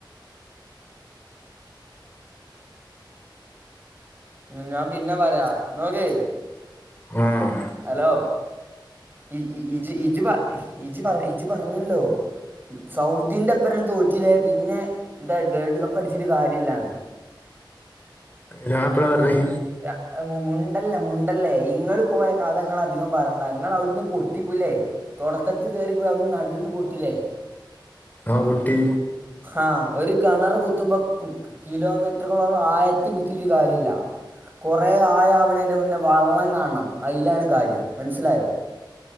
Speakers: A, on the right; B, on the left.
A: ഉം ഞാൻ പിന്നെ പറയാ നോക്ക്
B: ആഹ്
A: ഹലോ ഇ ഈ ഇജ് ഇജി ഇജി പറ ഇജി പറഞ്ഞല്ലോ സൗദിന്റെ അപ്പറണം തോറ്റില്ലെ പിന്നെ എന്ത വേൾഡ് കപ്പ്ടിച്ചിട്ട് കാര്യല്ലാന്ന്
B: ഞാൻ എപ്പളാ പറഞ്ഞെ
A: യ എഹ് മു മുണ്ടല്ലേ മുണ്ടല്ലേ ഇങ്ങൾ പോയ കഥങ്ങള് അധികം പറയണ്ട നിങ്ങളവിടുന്ന് പൊട്ടിപ്പുല്ലേ തൊടക്കത്തി കേറിപ്പോയി അവിടന്ന് നടുന്ന് പൊട്ടില്ലേ
B: ആഹ് പൊട്ടി
A: ആഹ് ഒരു കിണർ കുത്തുമ്പോ കിലോമീറ്ററുകളോളം ആയത്തി കുത്തിയിട്ട് കാര്യല്ല കുറേ ആയാവ്ണേൻ്റെ മുന്നെ വള്ളം കാൺണം അയിലാണ് കാര്യം മനസ്സിലായോ